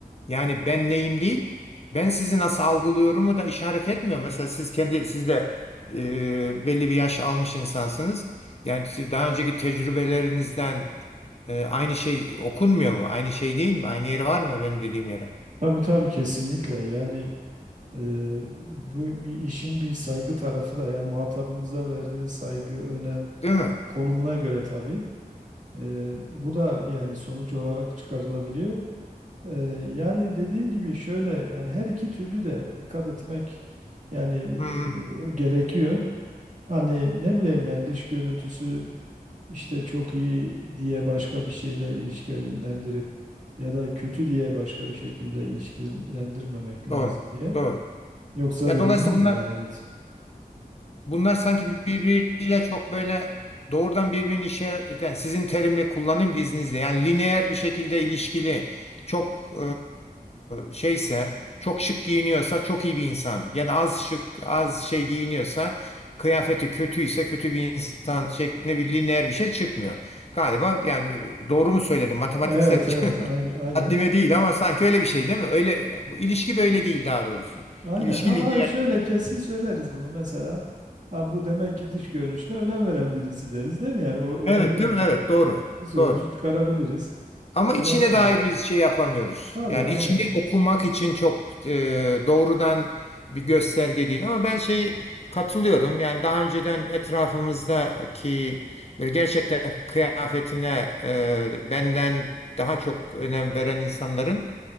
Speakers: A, on the left (about 45°); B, on the right (about 55°).
A: Yani ben neyim değil, ben sizi nasıl algılıyorumu da işaret etmiyor. Mesela siz kendi siz de e, belli bir yaş almış insansınız. Yani daha önceki tecrübelerinizden e, aynı şey okunmuyor mu? Aynı şey değil mi? Aynı yeri var mı benim dediğim yere?
B: Tabii tabii kesinlikle yani e, bu bir işin bir saygı tarafı da yani muhatabınıza verdiğiniz saygı, önem
A: Değil mi?
B: konumuna göre tabii. Eee, bu da yani sonuç olarak çıkarılabiliyor. Eee, yani dediğim gibi şöyle yani her iki türlü de dikkat etmek yani
A: Hı hı.
B: eee, gerekiyor. Hani ne bileyim yani dış görüntüsü işte çok iyi diye başka bir şeyle ilişkilendirip ya da kötü diye başka bir şekilde ilişkilendirmemek lazım
A: Doğru.
B: diye.
A: Doğru.
B: Yoksa
A: Ya
B: dediğiniz
A: dolayısıyla
B: gibi
A: bunlar
B: yani evet.
A: bunlar sanki birbiriyle çok böyle doğrudan birbirini işaret eden sizin terimi kullanayım da izninizle yani lineer bir şekilde ilişkili çok e, şeyse çok şık giyiniyorsa çok iyi bir insan yani az şık az şey giyiniyorsa kıyafeti kötüyse kötü bir insan şeklinde bir lineer bir şey çıkmıyor. Galiba yani doğru mu söyledim matematiksel
B: Evet
A: bir
B: evet
A: şey
B: aynı
A: <laughs>
B: aynen.
A: haddime değil ama sanki öyle bir şey değil mi? Öyle bu ilişki böyle değil daha doğrusu.
B: Aynen
A: İlişki
B: ama
A: lineer
B: şöyle
A: değil.
B: kesin söyleriz bunu mesela. Ha bu demek ki dış görünüşüne önem veren birisi deriz değil mi? Yani o önemli
A: Evet
B: ölçüde
A: değil mi? Evet doğru.
B: bu sonucu
A: Doğru.
B: çıkarabiliriz.
A: Ama içine
B: Ya da ne
A: dair
B: bileyim.
A: bir şey yapamıyoruz.
B: Tabii
A: Yani
B: aynen.
A: içini
B: Evet.
A: okumak için çok e, doğrudan bir gösterge değil. Ama ben şey katılıyorum. Yani daha önceden etrafımızdaki böyle gerçekten kıyafetine e, benden daha çok önem veren insanların